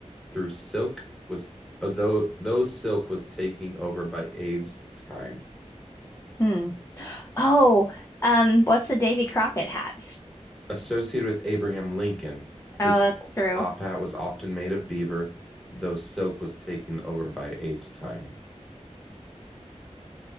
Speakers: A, in the centre; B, on the left.
A: Through silk was though though silk was taking over by Abe's time.
B: Hmm. Oh, um, what's the Davy Crockett hat?
A: Associated with Abraham Lincoln,
B: Oh,
A: this
B: that's true.
A: top hat was often made of beaver, though silk was taken over by Abe's time.